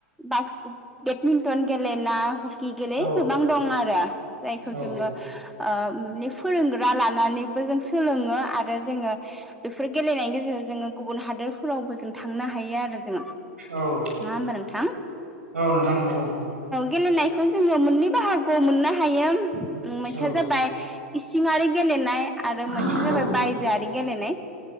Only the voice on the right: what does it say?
औ
औ
औ
औ नोंथां नंगौ
औ
औ
औ